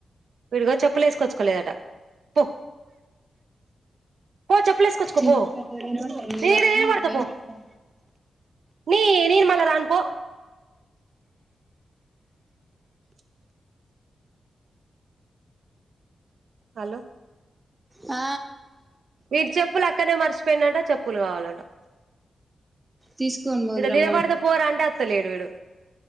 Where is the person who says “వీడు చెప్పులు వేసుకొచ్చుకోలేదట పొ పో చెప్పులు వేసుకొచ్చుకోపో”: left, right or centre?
Right